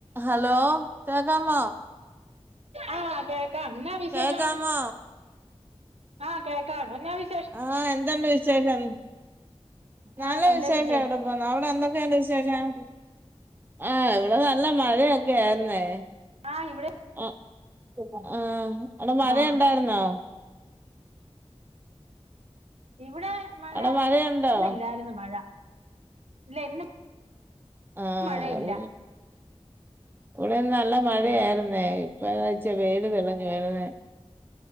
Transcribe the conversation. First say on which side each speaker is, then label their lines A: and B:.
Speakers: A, on the right; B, on the right.
A: Hello കേക്കാമോ?
B: ആഹ് കേക്കാം ഇന്നാ വിശേഷം
A: കേക്കാമോ
B: ആഹ് കേക്കാം എന്നാ വിശ്
A: ആഹ് എന്തുണ്ട് വിശേഷം നല്ല
B: ആഹ്
A: വിശേഷടം
B: വിശേഷം
A: അവിടെ എന്തൊക്കെ ഇണ്ട് വിശേഷം ആഹ് ഇവിടെ നല്ല മഴയൊക്കെ ആയിര്ന്നേ
B: ആഹ് ഇവിടെ
A: അഹ് ആഹ് അടെ മഴ
B: ആഹ്
A: ഇണ്ടാര്ന്നോ
B: ഇവിടെ മഴ
A: അവിടെ മഴയുണ്ടോ
B: ഇന്നില്ലായിരുന്നു മഴ. ഇല്ലെയ് ഇന്ന്
A: ആഹ്
B: മഴയില്ല
A: ഉ ഇവിടെ നല്ല മഴയാരുന്നേ.
B: ആഹ്
A: ഇപ്പ ഇച്ചു വെയിലു തെളിഞ്ഞു വരുന്നെ